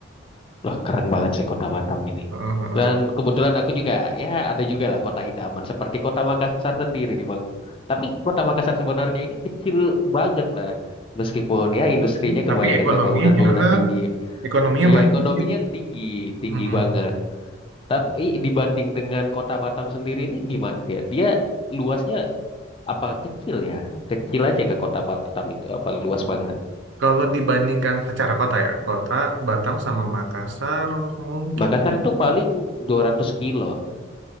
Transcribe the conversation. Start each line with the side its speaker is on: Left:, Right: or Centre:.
Left: wah keren banget sih kota Batam ini.
Right: Heeh, heeh.
Left: Dan kebetulan aku juga, ya ada juga lah kota idaman seperti kota Makassar sendiri nih Bang. Tapi kota Makassar sebenarnya ini kecil banget lah. Meskipun ya industrinya kebanyakan
Right: Tapi ekonominya
Left: kayak bangunan-bangunan
Right: jalan,
Left: tinggi.
Right: ekonominya
Left: Nih,
Right: maju
Left: Ya ekonominya
Right: di situ.
Left: tinggi, tinggi
Right: Mm-mm.
Left: banget. Tapi dibanding dengan kota Batam sendiri ini gimana dia? Dia luasnya apa kecil ya? Kecil aja ke kota Batam itu apa luas banget?
Right: Kalau dibandingkan secara kota ya, kota Batam sama Makassar mungkin,
Left: Makassar itu paling 200 kilo.